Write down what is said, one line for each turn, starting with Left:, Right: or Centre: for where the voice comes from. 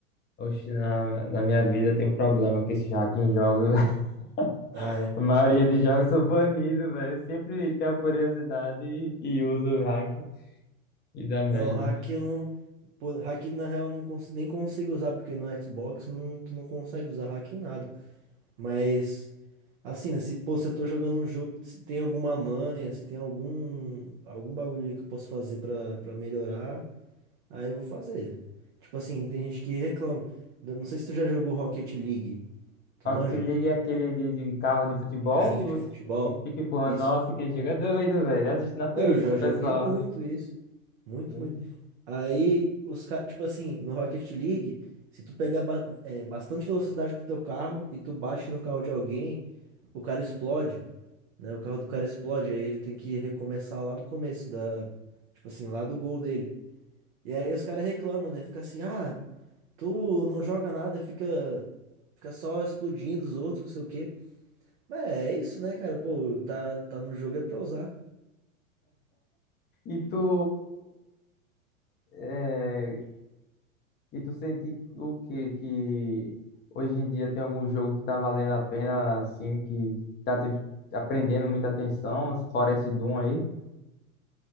Left: Oxe, na, na minha vida tem um problema que esses hacking jogos, <laughs>
Right: Ah, é.
Left: a maioria de jogos são banidos, velho. Eu sempre tenho curiosidade e, e uso o hack e dá merda.
Right: Não, hack eu não. Pô, hack na real eu não cons- nem consigo usar, porque no Xbox não, tu não consegue usar hack em nada. Mas Assim, né? Se, pô, se eu tô jogando um jogo, se tem alguma manha, se tem algum, algum bagulho ali que eu posso fazer pra, pra melhorar, aí eu vou fazer. Tipo assim, tem gente que reclama. Eu Não sei se tu já jogou Rocket League. Tu
Left: Rocket
Right: manja?
Left: League é aquele de, de carro de futebol
Right: De carrinho
Left: que
Right: de
Left: você
Right: futebol.
Left: fica empurrando.
Right: Isso.
Left: Nossa, que jogo é doido, velho. Assiste na Twitch,
Right: É, Eu já joguei
Left: pessoal.
Right: muito isso. Muito,
Left: Entende?
Right: muito. Aí, os caras, tipo assim, no Rocket League, se tu pegar ba- é, bastante velocidade com o teu carro e tu bate no carro de alguém, o cara explode. né? O carro do cara explode, aí ele tem que recomeçar lá do começo, da, tipo assim, lá do gol dele. E aí os caras reclamam, né? Fica assim, ah, tu não joga nada, fica, fica só explodindo os outros, não sei o quê. Mas é é isso, né, cara? Pô, tá, tá no jogo é pra usar.
Left: E tu é, E tu sente o quê? Que hoje em dia tem algum jogo que tá valendo a pena, assim, que tá te aprendendo muita atenção, fora esse Doom aí?